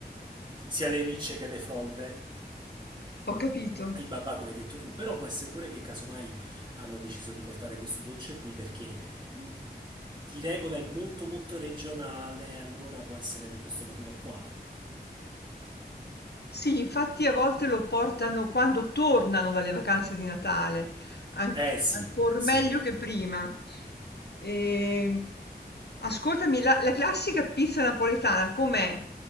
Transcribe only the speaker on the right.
sia le ricce che le frolle,
i babà come hai detto tu, però può essere pure che casomai hanno deciso di portare questo dolce qui perché mh, di regola è molto molto regionale, allora può essere per questo motivo qua.
Eh sì,
sì.
eh.